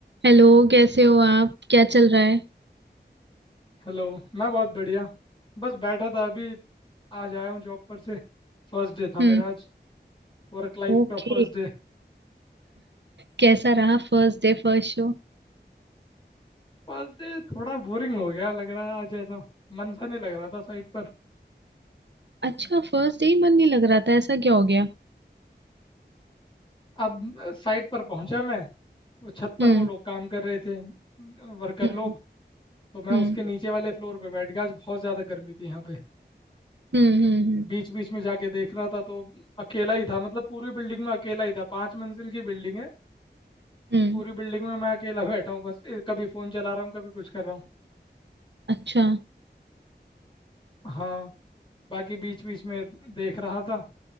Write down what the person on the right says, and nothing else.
Hello कैसे हो आप क्या चल रहा है
हम्म
ओके
कैसा रहा फर्स्ट डे फर्स्ट शो
अच्छा फर्स्ट डे ही मन नहीं लग रहा था ऐसा क्या हो गया
हम्म
हम्म
हम्म
हम्म हम्म हम्म
हम्म,
अच्छा